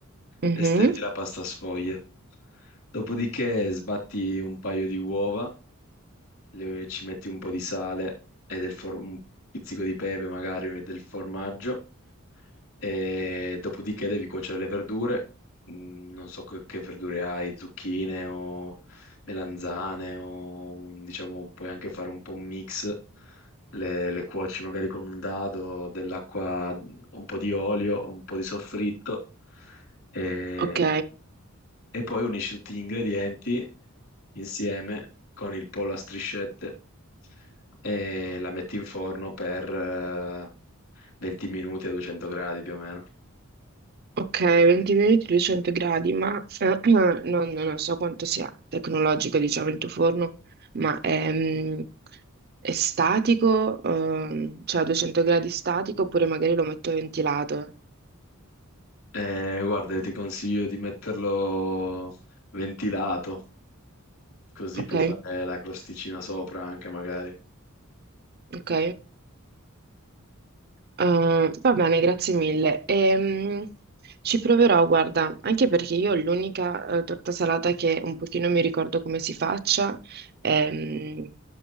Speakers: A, on the right (about 50°); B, on the left (about 70°).
A: Mhm.
B: e stendi la pasta sfoglia. Dopodiché sbatti un paio di uova, le- ci metti un po' di sale e del for- un pizzico di pepe magari e del formaggio e dopodiché devi cuocere le verdure, Mm, non so che, che verdure hai, zucchine o melanzane o diciamo puoi anche fare un po' un mix, le, le cuoci magari con un dado, dell'acqua, un po' di olio, un po' di soffritto e,
A: Ok,
B: e poi unisci tutti gli ingredienti insieme con il pollo a striscette e la metti in forno per eh, 20 minuti a 200 gradi più o meno.
A: ok, 20 minuti, 200 gradi, ma eh, <clears throat> non, non so quanto sia tecnologico, diciamo, il tuo forno, ma è, mm, è statico, ehm, cioè a 200 gradi statico, oppure magari lo metto ventilato.
B: Eh, guarda, io ti consiglio di metterlo ventilato, così
A: Ok,
B: puoi fare la crosticina sopra anche magari.
A: ok. Uh, va bene, grazie mille. Ehm, ci proverò, guarda, anche perché io l'unica eh, torta salata che un pochino mi ricordo come si faccia ehm,